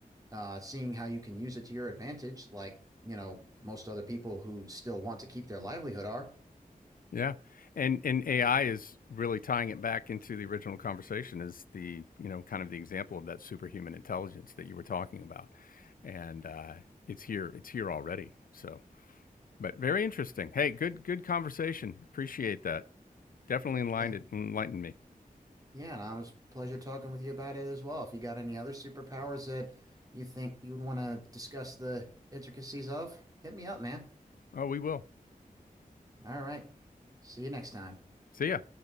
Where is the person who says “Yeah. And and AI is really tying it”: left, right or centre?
Left